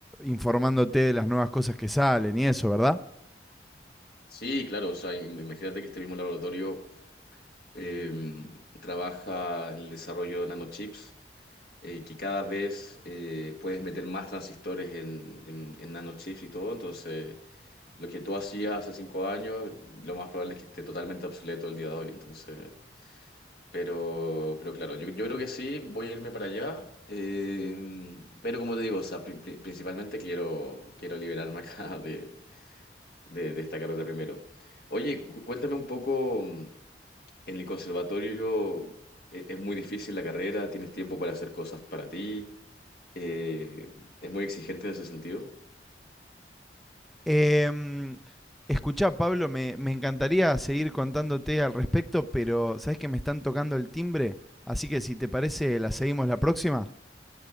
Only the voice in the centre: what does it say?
informándote de las nuevas cosas que salen y eso, ¿verdad?
Em, escuchá, Pablo, me, me encantaría seguir contándote al respecto, pero sabes que me están tocando el timbre, así que si te parece, la seguimos la próxima.